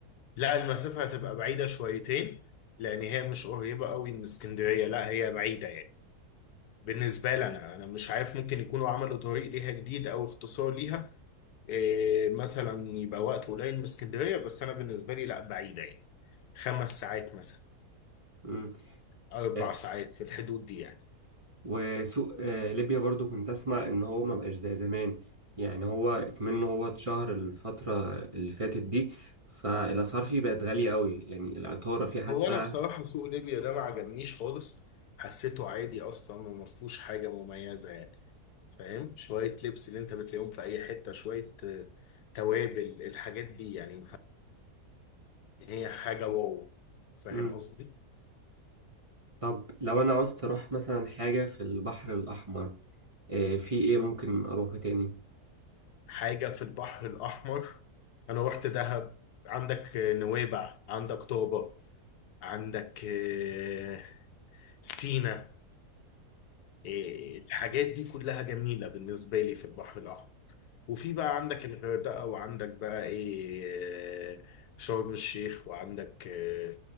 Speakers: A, on the left; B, on the right.
A: لا المسافة هتبقى بعيدة شويتين لان هي مش قريبة قوي من اسكندرية لا هي بعيدة يعني بالنسبة لي انا انا مش عارف ممكن يكونوا عملوا طريق ليها جديد او اختصار ليها إيه مثلا يبقى وقت قليل من اسكندرية بس أنا بالنسبة لي لا بعيدة يعني خمس ساعات مثلا
B: مم.
A: أربع
B: آه،
A: ساعات في الحدود دي يعني
B: وسوق آه، ليبيا برضو كنت اسمع ان هو ما بقاش زي زمان يعني هو كمان هو اتشهر الفتره اللي فاتت دي فالاسعار فيه بقت غاليه قوي يعني العطاره فيه حتى
A: هو أنا بصراحة سوق ليبيا ده ما عجبنيش خالص حسيته عادي أصلا وما فيهوش حاجة مميزة يعني فاهم شوية لبس اللي أنت بتلاقيهم في أي حتة شوية آه، توابل الحاجات دي يعني ما هي حاجة واو فاهم
B: مم.
A: قصدي
B: طب لو انا عاوزت اروح مثلا حاجه في البحر الاحمر آه، في ايه ممكن اروحه تاني
A: حاجة في البحر الأحمر أنا رحت دهب عندك آه، نويبع عندك طابة عندك آه، سينا آه، الحاجات دي كلها جميلة بالنسبة لي في البحر الأحمر وفي بقى عندك الغردقة وعندك بقى إيه آه، شرم الشيخ وعندك آه،